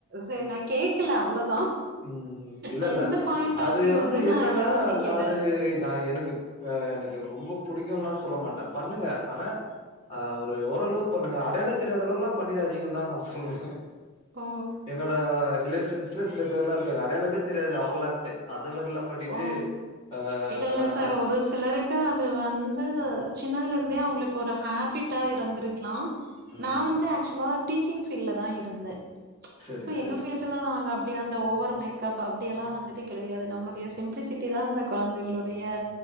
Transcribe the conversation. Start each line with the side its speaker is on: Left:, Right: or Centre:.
Right: செரி நா கேக்கல அவ்ளோதா
Left: ம் இல்லல்ல
Right: அ இந்த பாயிண்ட்
Left: அது
Right: ஆஃப் வியூ
Left: வந்து
Right: நா
Left: என்னன்னா
Right: யோசிக்கல
Left: அது நா எனக்கு இப்ப எனக்கு ரொம்ப புடிக்குலா சொல்ல மாட்ட பண்ணுங்க ஆனா ஆ ஒரு ஓரளவுக்கு பண்ணுங்க அடையாளத் தெரியாத அளவுக்குலா பண்ணிடாதீங்க தா நா சொல்லுவ
Right: ஓ
Left: என்னோட ரிலேஷன்ஸ்ல சில பேர்லா இருக்காங்க அடையாளமே தெரியாது அவங்களான்ட்டு அந்த மாரிலா பண்ணிட்டு
Right: ஓ
Left: அ
Right: இல்ல
Left: வாரங்
Right: இல்ல சார்
Left: அத்
Right: ஒரு சிலருக்கு அது வந்து சின்னதுல இருந்தே அவுங்களுக்கு ஒரு ஹேபிட்டா இருந்திருக் லா
Left: ம்
Right: நா வந்து ஆக்சுவலா டீச்சிங் ஃபீல்ட்ல தா இருந்த
Left: சரி
Right: சோ
Left: சரி
Right: எங்க ஃபீல்டு ல்லா நாங்க அப்டி அந்த ஓவர் மேக்அப் அப்டியெல்லா வந்துட்டு கெடையாது நம்ளுடைய சிம்ப்ளிசிட்டி தா அந்த கொழந்தைகளுடைய